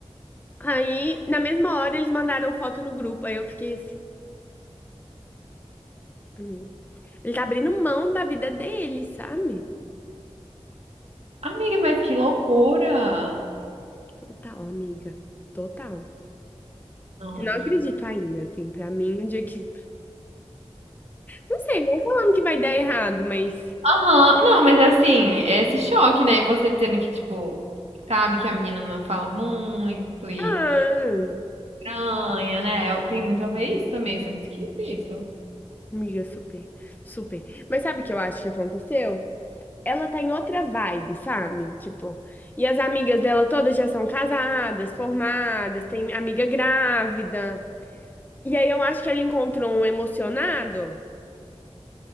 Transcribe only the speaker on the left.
Aí, na mesma hora, eles mandaram foto no grupo. Aí eu fiquei assim, amiga. Ele tá abrindo mão da vida dele, sabe?
Total, amiga. Total.
Eu não acredito ainda, assim, pra mim, um dia que. Não sei, não é falando que vai dar errado, mas.
Ah.
Amiga, super, super. Mas sabe o que eu acho que aconteceu? Ela tá em outra vibe, sabe? Tipo, e as amigas dela todas já são casadas, formadas, tem amiga grávida. E aí eu acho que ela encontrou um emocionado.